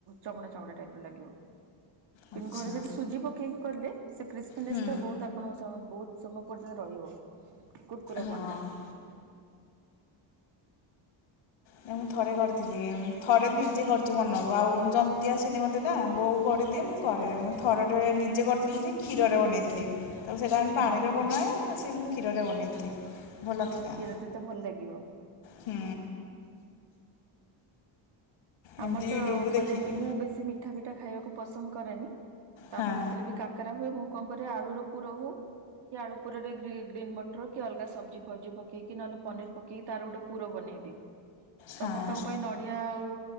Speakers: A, on the right (about 55°); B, on the left (about 65°).
A: ଚମଡ଼ା ଚମଡ଼ା ଟାଇପ୍ର ଲାଗିବ। କିନ୍ତୁ
B: ଆଚ୍ଛା
A: ଘରେ ଯଦି ସୁଜି ପକେଇକି କର୍ଲେ ସେ କ୍ରିସ୍ପିନେସ୍
B: ହୁଁ
A: ଟା ବହୁତ ଆପଣଙ୍କ ତ ବୋହୁତ୍ ସମୟ ପର୍ଯ୍ୟନ୍ତ ରହିବ କୁର୍କୁରାପଣଟା।
B: ହଁ ନା ମୁଁ ଥରେ କରିଥିଲି ଥରେ ନିଜେ କରିଚି ମନରୁ ଆଉ ଯନ୍ତିି ଆସିଲି ମତେ ଟା ବୋଉ କରିଦିଏ
A: ଆଚ୍ଛା
B: ମୁଁ କରେ ମୁଁ ଥରଟେ ନିଜେ କରିଥିଲି ଯେ କ୍ଷୀରରେ ବନେଇଥିଲି। ତାକୁ ସେଇଟା ଆମେ ପାଣିରେ
A: ହୁଁ ହୁଁ
B: ବନାଏ
A: ହୁଁ
B: ସେ ମୁଁ କ୍ଷୀରରେ ବନେଇଥିଲି। ଭଲ ଥିଲା
A: ଆଉ କ୍ଷୀର ତେ ଭଲ ଲାଗିବ।
B: ହୁଁ। ଏମିତି
A: ଆମର୍ତ
B: ୟୁଟ୍ୟୁବରୁ
A: ମାନେ
B: ଦେଖିକି
A: ମୁଁ ବେଶୀ ମି ଠା ଫିଠା ଖାଇବାକୁ ପସନ୍ଦ କରେନି ତ
B: ହଁ।
A: ଆମର ଯେତେବେଳେ ବି କାକରା ହୁଏ ମୁଁ କଣ କରେ ଆଳୁର ପୁର ହଉ କି ଆଳୁ ପୁରରେ ଗ୍ରି ଗ୍ରୀନ୍ ମଟର କି ଅଲଗା ସବଜି ଫବଜି ପକେଇକି ନହଲେ ପିନିର ପ କେଇ ତାର ଗୋଟେ ପୁର ବନେଇଦିଏ
B: ହଁ
A: ସମସ୍ତଙ୍କ ପାଇଁ ନଡିଆ ଆଉ